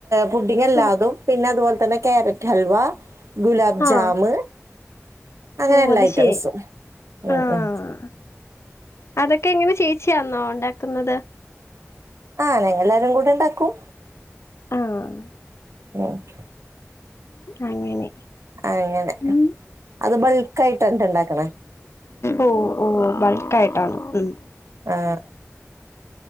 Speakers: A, on the right (about 70°); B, on the left (about 60°).
A: പുഡിങ്ങ് ല്ലാതും
B: ഓ
A: പിന്നെ അതുപോലെ തന്നെ കാരറ്റ് ഹൽവ. ഗുലാബ്
B: ആഹ്
A: ജാമ് അങ്ങനെ
B: ഓ
A: എല്ലാ
B: അത്
A: ഐറ്റംസ്
B: ശരി ആഹ്
A: ഉം
B: അതൊക്കെ എങ്ങനെ ചേച്ചിയാന്നോ ഉണ്ടാക്കുന്നത്.
A: ആഹ് ഞങ്ങൾല്ലാരും കൂടെ ഉണ്ടാക്കും
B: ആഹ്
A: ഓക്കേ
B: അങ്ങനെ
A: ആഹ് അങ്ങനെ
B: ഉം
A: അത് ബൾക്ക് ആയിട്ട് ന്നിട്ട് ഇണ്ടാക്കണ
B: ഓഹ് ഓ ഹ് ബൾക്ക് ആയിട്ടാണ് ഉം
A: ആഹ്